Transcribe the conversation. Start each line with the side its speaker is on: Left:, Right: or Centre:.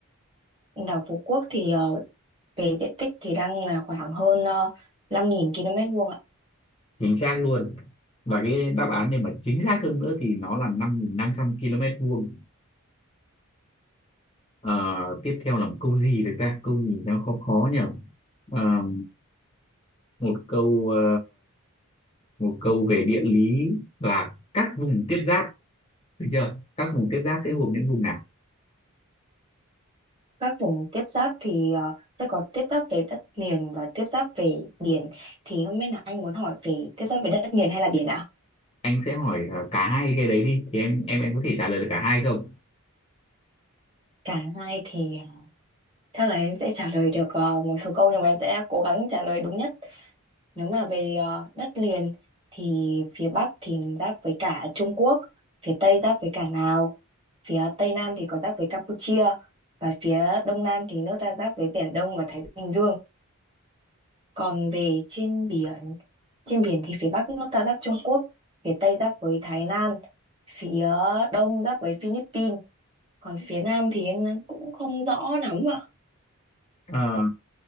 Right: Đảo Phú Quốc thì ờ, về diện tích thì đang là khoảng hơn uh, 5.000 km vuông ạ.
Left: chính xác luôn và cái đáp án này mà chính xác hơn nữa thì nó là 5.500 km vuông Ờ, tiếp theo là một câu gì được ta câu gì nó khó khó nhỉ Ờ, một câu ờ, một câu về địa lý là các vùng tiếp giáp được chưa các vùng tiếp giáp sẽ gồm những vùng nào
Right: Các vùng tiếp giáp thì ờ, sẽ có tiếp giáp về đất liền và tiếp giáp về biển. Thì không biết là anh muốn hỏi về tiếp giáp về đất liền hay là biển ạ?
Left: anh sẽ hỏi ờ, cả hai cái đấy đi thì em em em có thể trả lời được cả hai không
Right: Cả hai thì ờ, chắc là em sẽ trả lời được ờ, một số câu nhưng mà em sẽ cố gắng trả lời đúng nhất. Nếu mà về ờ, đất liền thì phía Bắc thì giáp với cả Trung Quốc, phía Tây giáp với cả Lào, phía Tây Nam thì có giáp với Campuchia và phía Đông Nam thì nước ta giáp với Biển Đông và Thái Bình Dương. Còn về trên biển, trên biển thì phía Bắc nước ta giáp Trung Quốc, phía Tây giáp với Thái Lan, phía Đông giáp với Philippines, còn phía Nam thì em cũng không rõ lắm ạ.
Left: Ờ,